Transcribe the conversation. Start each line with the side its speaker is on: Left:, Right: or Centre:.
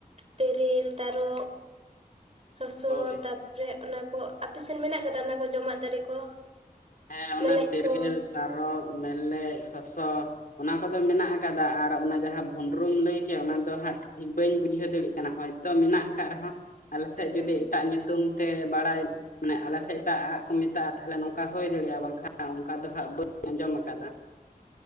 Right: ᱛᱮᱨᱮᱞ ᱛᱟᱨᱚᱵ ᱥᱚᱥᱚ
Left: ᱦᱳᱭ
Right: ᱛᱟᱯᱚᱨᱮ ᱚᱱᱟ ᱠᱚ ᱟᱯᱮ ᱥᱮᱱ ᱢᱮᱱᱟᱜ ᱠᱟᱫᱟ ᱚᱱᱟ ᱠᱚ ᱡᱚᱢᱟᱜ ᱫᱟᱨᱮ ᱠᱚ
Left: ᱦᱮᱸ ᱚᱱᱟ
Right: ᱢᱮᱞᱮᱡ
Left: ᱛᱮᱨᱮᱞ,
Right: ᱠᱚ
Left: ᱛᱟᱨᱚᱵ, ᱢᱮᱞᱮᱡ, ᱥᱚᱥᱚ, ᱚᱱᱟ ᱠᱚᱫᱚ ᱢᱮᱱᱟᱜ ᱟᱠᱟᱫᱟ ᱟᱨ ᱚᱱᱟ ᱡᱟᱦᱟᱸ ᱵᱷᱳᱸᱰᱨᱳᱢ ᱞᱟᱹᱭ ᱠᱮᱫ ᱚᱱᱟ ᱫᱚ ᱦᱟᱸᱜ ᱴᱷᱤᱠ ᱵᱟᱹᱧ ᱵᱩᱡᱷᱟᱹᱣ ᱫᱟᱲᱤᱜ ᱠᱟᱱᱟ ᱦᱳᱭ ᱛᱚ ᱢᱮᱱᱟᱜ ᱟᱠᱟᱫ ᱨᱮᱦᱚᱸ ᱟᱞᱮ ᱥᱮᱫ
Right: ᱦᱩᱸ
Left: ᱡᱩᱫᱤ ᱮᱴᱟᱜ ᱧᱩᱛᱩᱢ ᱛᱮ ᱵᱟᱲᱟᱭ ᱢᱟᱱᱮ ᱟᱞᱮ ᱥᱮᱫ ᱮᱴᱟᱜ ᱠᱚ ᱢᱮᱛᱟᱜᱼᱟ ᱛᱟᱦᱚᱞᱮ ᱱᱚᱝᱠᱟ ᱦᱳᱭ ᱫᱟᱲᱮᱭᱟᱜᱼᱟ ᱵᱟᱝᱠᱷᱟᱱ ᱚᱱᱠᱟ ᱫᱚ ᱦᱟᱸᱜ ᱵᱟᱹᱧ ᱟᱸᱡᱚᱢ ᱠᱟᱫᱟ᱾